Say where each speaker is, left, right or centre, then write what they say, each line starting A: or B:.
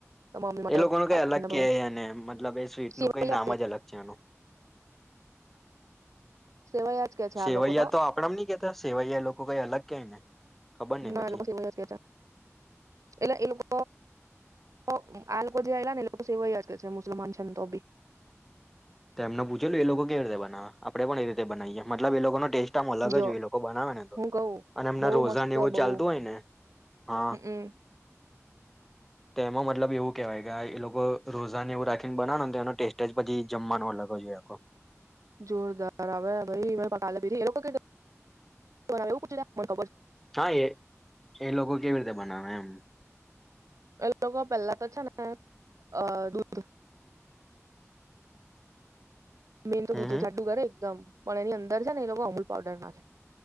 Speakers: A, on the right (about 85°); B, in the centre.
A: તો મમ્મી માટે
B: એ લોકો ન કઈ
A: આપવાના
B: અલગ કે
A: ભાવે
B: અને મતલબ એ સ્વીટ ન
A: સેવૈયા
B: કઈ નામ
A: કે
B: જ અલગ છે એનું.
A: સેવૈયા જ કે છે
B: સેવૈયા
A: આ લોકો
B: તો આપણા નની કેતા સેવૈ ક એ લોકો કઈ અલગ કય ને. ખબર નઈ
A: ના
B: પછી
A: એ લોકો કે છે, એટલે એ લોકો તો આ લોકો જેલા ને એ લોકો સેવાય છે, મુસલમાન છે ને તો બી.
B: તો એમને પૂછ્યું એ લોકો કેવી રીતે બનાવા, આપડે પણ એ રીતે બનાવીએ મતલબ એ લોકોનો ટેસ્ટ અલગ
A: જો
B: જ હોય એ લોકો બનાવે ને તો,
A: હું કઉ
B: અને એમના
A: બહુ
B: રોઝાન
A: મસ્ત
B: એવું
A: બહુ
B: ચાલતું હોય ને, હા.
A: હમમ
B: તેમાં મતલબ એવું કેવાય કે એ લોકો રોઝાને એવું રાખીને બનાવ ને તો એનો ટેસ્ટ જ પછી જમવાનો અલગ હોય એમ આખો.
A: જોરદાર આવે ભાઈ મે પ લ પી. <unintelligible>
B: હા એ એ લોકો કેવી રીતે બનાવે? એમ.
A: એ લોકો પેલા તો છે ને, અ દૂધ મેન તો
B: હમ
A: છાટું
B: હમ
A: કર એકદમ પણ એની અંદર છે ને એ લોકો અમૂલ પાવડર નાખે.